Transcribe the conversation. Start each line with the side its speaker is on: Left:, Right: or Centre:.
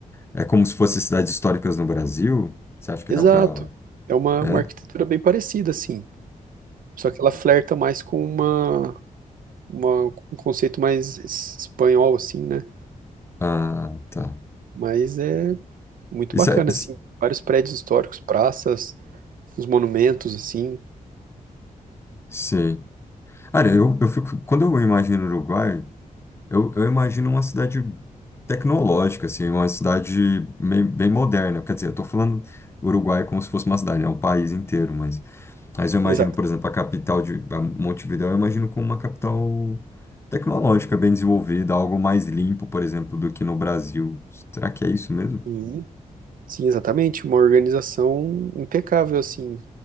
Left: é como se fossem cidades históricas no Brasil? Você acha que
Right: Exato.
Left: dá pra...
Right: É uma,
Left: É?
Right: uma arquitetura bem parecida, assim. Só que ela flerta mais com uma, uma- um conceito mais es- espanhol, assim, né?
Left: Ah, tá.
Right: Mas é muito
Left: Isso
Right: bacana,
Left: é. isso-
Right: assim. Vários prédios históricos, praças, os monumentos, assim.
Left: Sim. Cara, eu, eu fico. Quando eu imagino o Uruguai, eu, eu imagino uma cidade tecnológica, assim, uma cidade meio- bem, moderna. Quer dizer, eu tô falando Uruguai como se fosse uma cidade, é um país inteiro, mas. Mas eu imagino,
Right: Exato.
Left: por exemplo, a capital de a Montevidéu, eu imagino como uma capital tecnológica, bem desenvolvida, algo mais limpo, por exemplo, do que no Brasil. Será que é isso mesmo?
Right: E Sim, exatamente, uma organização impecável, assim,